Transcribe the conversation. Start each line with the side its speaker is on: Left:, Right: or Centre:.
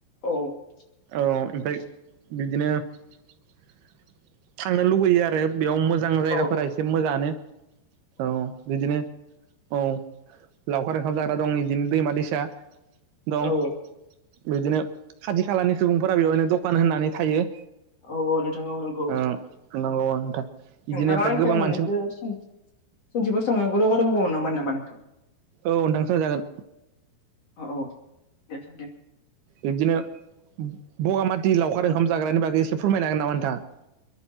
Left: <inaudible>
Right: औ ओमफ्राय बिदिनो <inaudible> थांनो लुुबैयो आरो। बेयाव मोजां जायगाफोरा
Left: औ
Right: एसे मोजाङानो औ बिदिनो। औ लावखार ओंखाम जाग्रा दं बिदिनो दैमा दैसा दं
Left: औ
Right: बिदिनो खाथि खालानि सुबुंफोरा बेवहायनो दखान होननानै थायो।
Left: औ औ नोंथां औ नंगौ।
Right: ओं नंगौ नोंथां बिदिनो
Left: नोंथाङा
Right: ओमफ्राय
Left: आंनि
Right: गोबां
Left: सायाव मोननैसो
Right: मानसि
Left: सोंथि सोंथिफोर सोंनांगौ लगा दंबावमोन नामा नोंथां?
Right: औ नोंथां सोंजागोन।
Left: औ औ दे दे।
Right: बिब्दिनो उम बगामाथि लावखार ओंखाम जाग्रानि बागै एसे फोरमायनो हागोन नामा नोंथाङा‌?